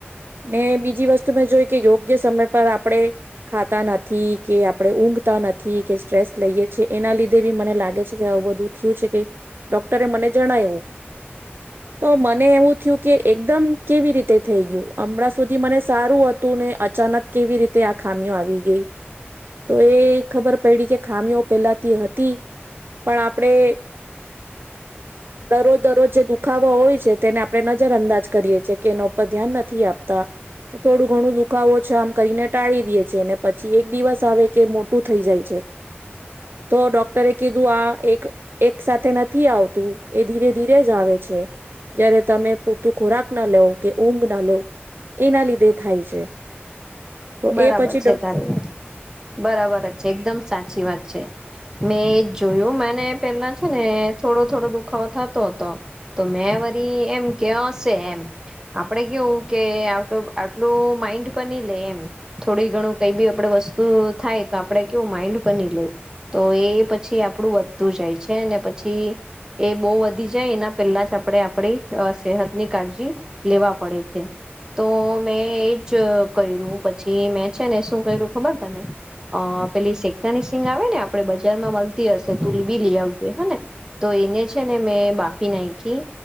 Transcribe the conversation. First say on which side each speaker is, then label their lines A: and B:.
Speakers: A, on the right (about 55°); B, on the right (about 15°).
A: ને બીજ બીજી વસ્તુ મે જોઈ કે યોગ્ય સમય પર આપણે ખાતા નથી કે આપણે ઊંઘતા નથી કે સ્ટ્રેસ લઈએ છે. એના લીધે બી મને લાગે છે કે આવું બધું થયું છે કે ડોક્ટરે મને જણાયવું તો મને એવું થયું કે એકદમ કેવી રીતે થઈ ગયું હમણાં સુધી મને સારું હતું ને અચાનક કેવી રીતે આ ખામીઓ આવી ગઈ તો એ ખબર પડી કે ખામીઓ પેલાથી હતી. પણ આપણેે દરરોજ દરરોજ જે દુખાવો હોય છે તેને આપણે નજર અંદાજ કરીએ છેએ કે એના ઉપર ધ્યાન નથી આપતા. થોડું ઘણું દુખાવો છે આમ કરીને ટાળી દે છે ને પછી એક દિવસ આવે કે મોટું થઈ જાય છે. તો ડોક્ટરે કીધું આ એક એક સાથે નથી આવતું એ ધીરે ધીરે જ આવે છે જયારે તમે પૂરતું ખોરાક ના લેવ કે ઊંઘ ના લેવ એના લીધે તેે થાય છે. તો
B: બરાબર
A: એ પછી
B: છે તારી વાત. બરાબર જ છે એકદમ સાચી વાત <unintelligible> મેં એ જોયું મને પેલા છે ને થોડો થોડો દુખાવો થતો હતો તો મેં વરી એમ કે હશે એમ. આપડે કેવું કે આટલું માઈન્ડ પર ની લઈ એમ. થોડી ઘણું કઈ બી આપણે વસ્તુ થાય તો આપણે કેવું માઈન્ડ બની લઈ એ તો એ પછી આપડું વધતું જાય છે. છે ને પછી એ બવ વધી જાય એના પેલા જ આપણે આપડી સેહત ની કાળજી લેવા પડે છે. તો મેં એજ કર્યું પછી મેં છે ને શું કરું ખબર તને અ પેલી શેકતાની સિંગ આવે ને આપડે બજારમાં મળતી હશે તુલ બી લઈ આવજે હે ને તો એને છે ને મેં બાફી નાયખી